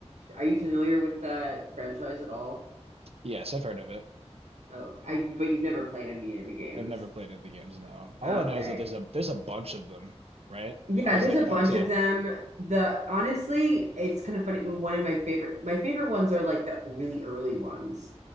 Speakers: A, on the right; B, on the right.
A: are you familiar with that franchise at all?
B: Yes, I've heard of it.
A: Oh, I but you've never played any of the games.
B: I've never played any of the games, no. All
A: Oh,
B: I know
A: okay.
B: is that there's a there's a bunch of them, right?
A: Yeah,
B: There's
A: there's
B: like
A: a bunch
B: up to
A: of them. The honestly, it's kind of funny. One of my favorite my favorite ones are like the really early ones.